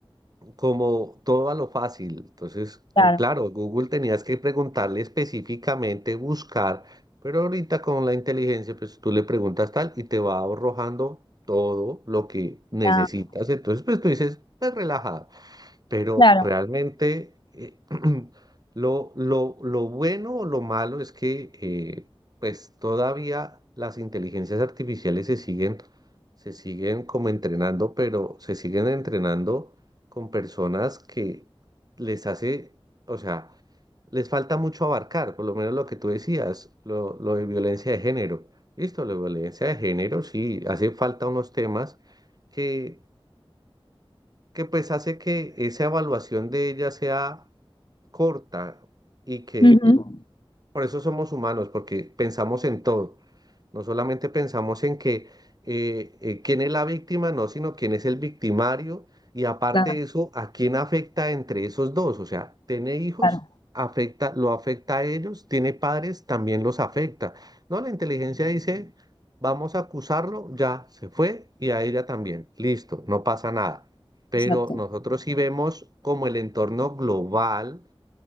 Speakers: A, on the right; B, on the left.
A: como todo a lo fácil. Entonces, o-
B: claro,
A: claro, Google tenías que preguntarle específicamente, buscar, pero ahorita con la inteligencia, pues tú le preguntas tal y te va arrojando todo lo que necesitas.
B: claro,
A: Entonces, pues tú dices, pues relajado pero
B: claro,
A: realmente eh, <clears throat> lo, lo, lo bueno o lo malo es que eh, pues todavía las inteligencias artificiales se siguen, se siguen como entrenando, pero se siguen entrenando con personas que les hace, o sea, les falta mucho abarcar, por lo menos lo que tú decías, lo, lo de violencia de género. Listo, la violencia de género, sí, hace falta unos temas que que pues hace que esa evaluación de ella sea corta y que
B: Ujú.
A: por eso somos humanos, porque pensamos en todo. No solamente pensamos en que eh, eh, quién es la víctima, no, sino quién es el victimario. Y aparte
B: claro,
A: de eso, ¿a quién afecta entre esos dos? O sea, tiene hijos,
B: claro,
A: afecta, lo afecta a ellos, tiene padres, también los afecta. No, la inteligencia dice, vamos a acusarlo, ya se fue y a ella también. Listo, no pasa nada. Pero
B: Exacto.
A: nosotros sí vemos como el entorno global